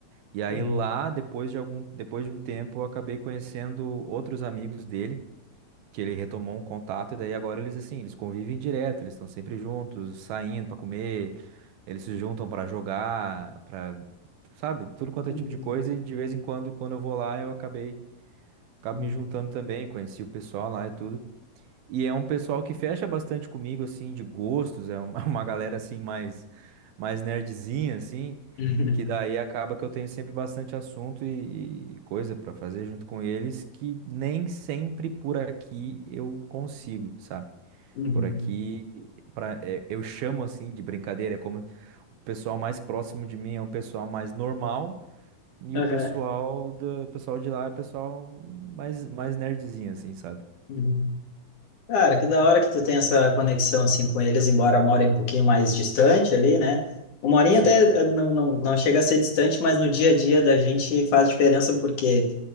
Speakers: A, on the right (about 80°); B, on the left (about 60°).
A: E aí
B: Uhum,
A: lá, depois de algum, depois de um tempo, eu acabei conhecendo outros amigos dele, que ele retomou um contato, e daí agora eles assim, eles convivem direto, eles estão sempre juntos, saindo para comer, eles se juntam para jogar, para, sabe, tudo quanto
B: uhum,
A: é tipo de coisa, e de vez em quando, quando eu vou lá, eu acabei, acabo
B: uhum,
A: me juntando também, conheci o pessoal lá e tudo. E é um pessoal que fecha bastante comigo, assim, de gostos, é uma, <laughs> uma galera, assim, mais, mais nerdzinha, assim,
B: uhum, uhum,
A: que daí acaba que eu tenho sempre bastante assunto e, e e coisa pra fazer junto com eles, que nem sempre por aqui eu consigo, sabe?
B: uhum,
A: Por aqui, pra, é, eu chamo, assim, de brincadeira, é como o pessoal mais próximo de mim é o pessoal mais normal, e
B: aham,
A: o pessoal, do, pessoal de lá é o pessoal mais, mais nerdzinho, assim, sabe?
B: uhum. Cara, que da hora que tu tem essa conexão assim com eles, embora morem um pouquinho mais distante ali, né? Uma horinha
A: Sim.
B: até eh, não, não, não chega a ser distante, mas no dia a dia da gente faz diferença porque